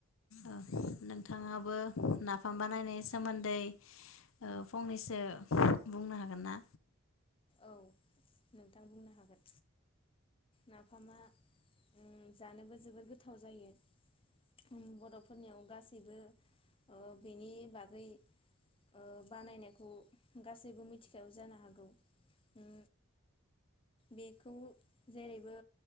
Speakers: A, on the left; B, on the left.
A: ओ नोंथाङा बो नाफाम बानायनायनि सोमोन्दै ओ फंनैसो बुंनो हागोन ना?
B: औ नोंथां बुंनो हागोन नाफामा अम जानोबो जोबोद गोथाव जायो अम बर'फोरनियाव गासैबो ओ बेनि बागै ओ बानायनायखौ गासैबो मिथिखागौ जानो हागौ अम बेखौ जेरैबो